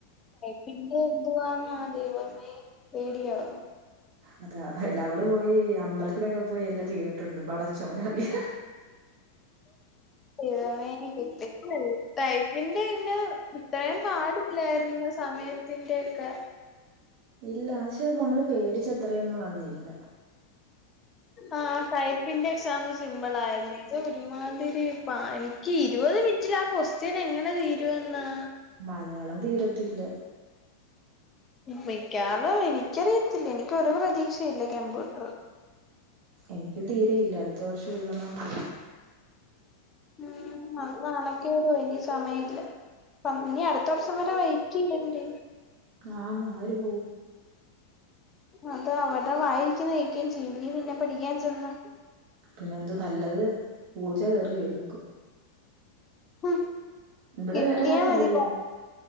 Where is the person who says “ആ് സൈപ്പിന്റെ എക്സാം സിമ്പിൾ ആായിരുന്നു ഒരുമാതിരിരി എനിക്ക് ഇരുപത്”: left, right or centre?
Left